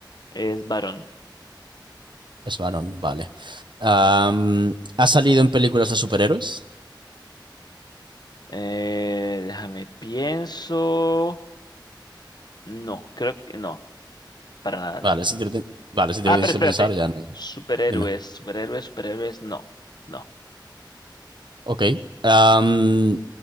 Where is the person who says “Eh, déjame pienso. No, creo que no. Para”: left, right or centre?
Left